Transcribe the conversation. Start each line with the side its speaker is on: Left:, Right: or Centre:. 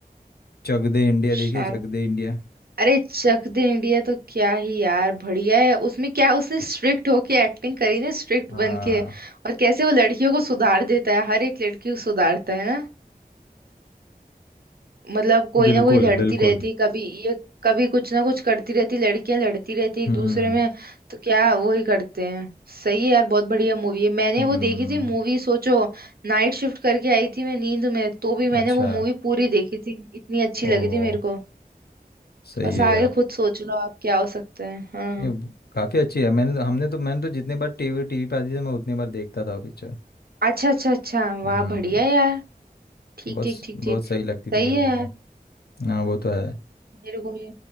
Left: चक दे इंडिया देखी
Right: शाहरुख
Left: है चक दे इंडिया
Right: अरे चक दे इंडिया तो क्या ही यार बढ़िया है उसमें क्या उसने स्ट्रिक्ट होके एक्टिंग करी ना स्ट्रिक्ट
Left: हाँ
Right: बन के और कैसे वो लड़कियों को सुधार देता है हर एक लड़की को सुधारता है मतलब कोई
Left: बिल्कुल
Right: ना कोई लड़ती
Left: बिल्कुल
Right: रहती कभी ये कभी कुछ ना कुछ करती रहती लड़कियां लड़ती रहती एक
Left: हम्म
Right: दूसरे में तो क्या वो ही करते हैं सही है यार बहुत बढ़िया मूवी है मैंने
Left: हम्म
Right: वो देखी थी मूवी सोचो नाइट शिफ्ट करके आई थी मैं नींद में तो भी मैंने
Left: अच्छा
Right: वो मूवी पूरी देखी थी इतनी अच्छी
Left: ओह
Right: लगी थी मेरे को
Left: सही
Right: बस
Left: है
Right: आगे
Left: यार
Right: खुद सोच लो आप क्या हो सकता है हाँ
Left: ये ब- काफी अच्छी है मैंने तो- हमने तो मैंने तो जितने बार टीवी टीवी पे आती थी मैं उतनी बार देखता था वो पिक्चर
Right: अच्छा अच्छा अच्छा वाह
Left: हम्म
Right: बढ़िया यार ठीक
Left: बहुत
Right: ठीक
Left: स-
Right: ठीक
Left: बहुत
Right: ठीक
Left: सही
Right: सही
Left: लगती थी मेरे
Right: है
Left: को
Right: यार
Left: तो हाँ वो तो है
Right: मेरे को भी